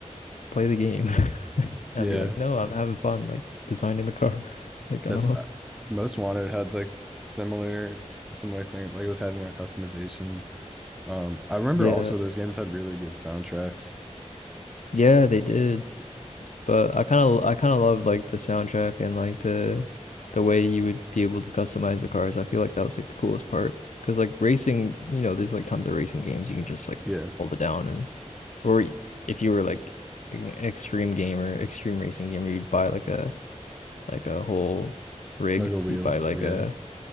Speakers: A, on the left; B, in the centre.
A: play the game?" <laughs>
B: Yeah.
A: And I'd be like, "No, I'm having fun like designing the car." <laughs> Like, I
B: That's
A: don't know.
B: uh, Most Wanted had like similar similar thing. Like it was having a customization. Um, I remember
A: Yeah.
B: also those games had really good soundtracks.
A: Yeah, they did. But I kind of I kind of love like the soundtrack and like the the way you would be able to customize the cars. I feel like that was like the coolest part because like racing, you know, there's like tons of racing games you can just like
B: Yeah.
A: hold it down and or y- if you were like an extreme gamer, extreme racing gamer, you'd buy like a like a whole rig.
B: Like a wheel.
A: You'd buy like
B: Yeah.
A: a